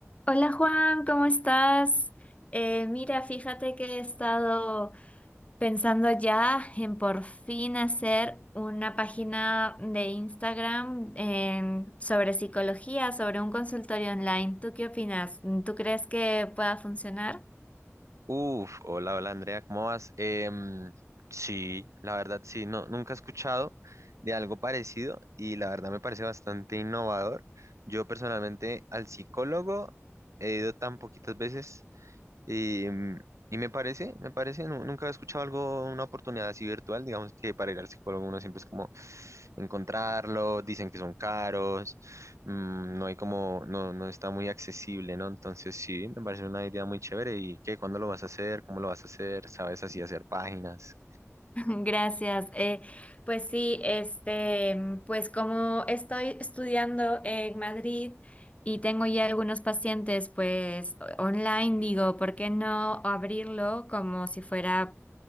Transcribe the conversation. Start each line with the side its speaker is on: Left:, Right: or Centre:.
Left: Hola Juan, ¿cómo estás? Eh, mira, fíjate que he estado pensando ya en por fin hacer una página de Instagram en- sobre psicología, sobre un consultorio online. ¿Tú qué opinas? ¿Tú crees que pueda funcionar?
Right: Uf, hola, hola Andrea, ¿cómo vas? Em, sí, la verdad sí, no, nunca he escuchado de algo parecido y la verdad me parece bastante innovador. Yo personalmente al psicólogo he ido tan poquitas veces y, mm, y me parece, me parece, nu- nunca he escuchado algo, una oportunidad así virtual, digamos que para ir al psicólogo uno siempre es como encontrarlo, dicen que son caros, mm, no hay como, no, no está muy accesible, ¿no? Entonces sí, me parece una idea muy chévere. ¿Y qué? ¿Cuándo lo vas a hacer? ¿Cómo lo vas a hacer? ¿Sabes así hacer páginas?
Left: <laughs> Gracias. Eh, pues sí, este, mm, pues como estoy estudiando en Madrid y tengo ya algunos pacientes, pues o- online, digo, ¿por qué no abrirlo como si fuera,